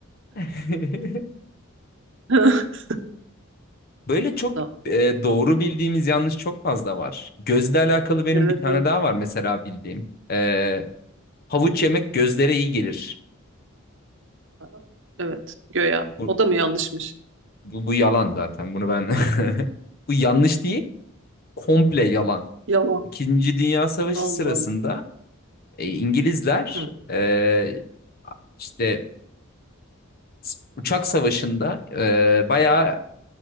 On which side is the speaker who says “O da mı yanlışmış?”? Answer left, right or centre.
Right